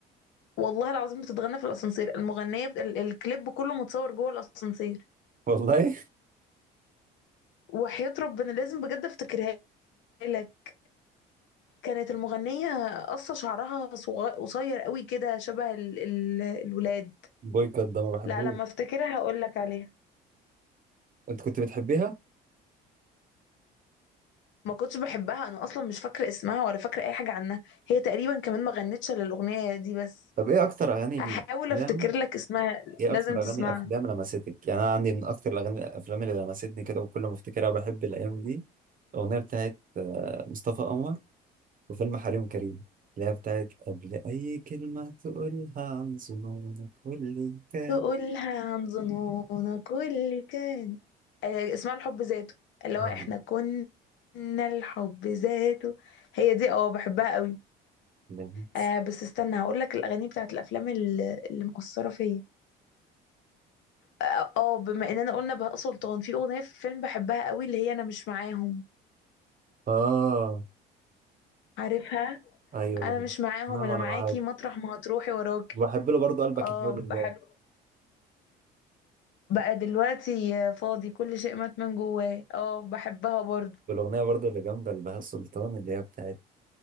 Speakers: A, on the left (about 65°); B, on the right (about 45°).
A: والله العظيم بتتغنى في الأسانسير المغنية بت... ال... الكليب كله متصور جوه الأسانسير
B: والله
A: وحياة ربنا لازم بجد أفتكرها لك كانت المغنية قصة شعرها صغ- قصير قوي كده شبه ال... ال... الولاد
B: <laughs> بويكوت ده ما بحبوش
A: لا لما افتكرها هقول لك عليها
B: أنت كنت بتحبيها؟
A: ما كنتش بحبها انا اصلا مش فاكره اسمها ولا فاكره اي حاجه عنها هي تقريبا كمان ما غنتش الا الاغنيه دي بس
B: طب ايه اكتر اغاني الافلام
A: هحاول افتكر لك اسمها
B: ايه
A: لازم
B: اكتر
A: تسمعها
B: اغاني افلام لمستك يعني انا عندي من اكتر الاغاني الافلام اللي لمستني كده وكل ما افتكرها بحب الايام دي الاغنيه بتاعت آه، مصطفى قمر وفيلم حريم كريم اللي هي بتاعت قبل اي كلمه تقولها عن ظنونك واللي كان
A: تقولها عن ظنونا كل كان آه، اسمها الحب ذاته اللي
B: اه
A: هو احنا كنا الحب ذاته هي دي اه بحبها قوي
B: لمس.
A: آه بس استنى هقول لك الاغاني بتاعت الافلام اللي, اللي مؤثره فيا اه آه، بما اننا قلنا بهاء سلطان في اغنيه في فيلم بحبها قوي اللي هي انا مش معاهم
B: آه،
A: عارفها
B: ايوه
A: انا
B: بحب
A: مش معاهم
B: آه، انا
A: انا
B: وانا
A: معاكي
B: معاك
A: مطرح ما هتروحي وراكي
B: وبحب له برضه قلبك
A: اه
B: يا حبيب الله
A: بحب بقى دلوقتي فاضي كل شيء مات من جواه اه بحبها برضو
B: والاغنيه برضه اللي جامده لبهاء سلطان اللي هي بتاعت